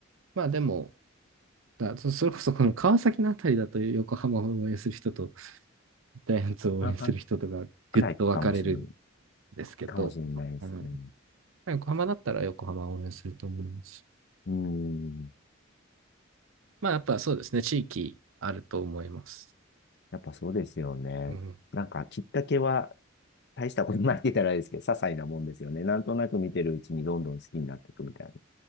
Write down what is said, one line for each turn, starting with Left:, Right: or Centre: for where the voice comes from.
Right: まあでもだそそれこそこの川崎のあたりだと横浜を応援する人とジャイアンツを応援する人とがぐっと分かれるん
Left: 半々くらいかもしれない、
Right: ですけど、
Left: かもしれないですね。
Right: うん、横浜だったら横浜を応援すると思います。
Left: うん。
Right: まあやっぱそうですね地域あると思います。
Left: やっぱそうですよね。
Right: うん、
Left: なんかきっかけは大したことないって言ったらあれですけど、些細なもんですよね。なんとなく見てるうちにどんどん好きになっていくみたいな